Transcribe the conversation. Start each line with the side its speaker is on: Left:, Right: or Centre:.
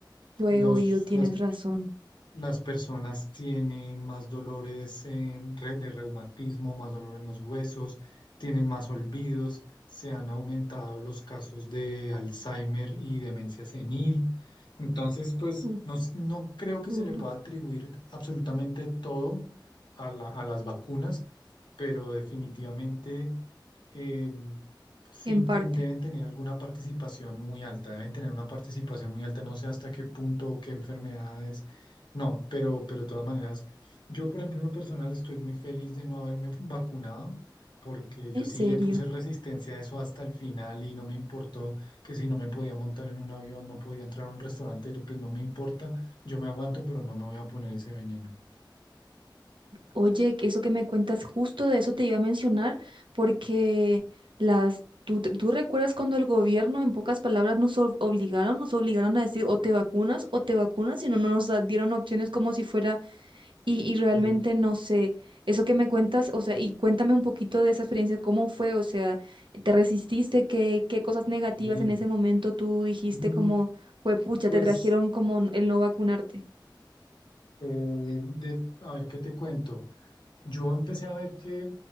Right: Yo
Left: los,
Right: he oído, tienes
Left: las
Right: razón.
Left: las personas tienen más dolores en re- de reumatismo, más dolor en los huesos, tienen más olvidos, se han aumentado los casos de Alzheimer y demencia senil. Entonces, pues
Right: Uf,
Left: no, s- no creo que
Right: duro,
Left: se le pueda atribuir absolutamente todo a la- a las vacunas, pero definitivamente eh, sí
Right: en parte.
Left: tien- deben tener alguna participación muy alta, deben tener una participación muy alta, no sé hasta qué punto o qué enfermedades no, pero, pero de todas maneras, yo por ejemplo en lo personal estoy muy feliz de no haberme vacunado porque yo
Right: En
Left: sí
Right: serio.
Left: le puse resistencia a eso hasta el final y no me importó que si no me podía montar en un avión, no podía entrar a un restaurante, pues no me importa, yo me aguanto, pero no me voy a poner ese veneno.
Right: Oye, que eso que me cuentas, justo de eso te iba a mencionar, porque las, ¿tú, te- tú recuerdas cuando el gobierno, en pocas palabras, nos ob- obligaron, nos obligaron a decir o te vacunas o te vacunas, y no no nos da- dieron opciones como si fuera, y, y realmente
Left: Sí,
Right: no sé, eso que me cuentas, o sea, y cuéntame un poquito de esa experiencia, ¿cómo fue? O sea, ¿te resististe? ¿Qué, qué cosas negativas
Left: y
Right: en ese momento tú dijiste
Left: mm,
Right: como, fue pucha,
Left: pues
Right: te trajeron como el no vacunarte?
Left: eh, de- a ver qué te cuento. Yo empecé a ver que,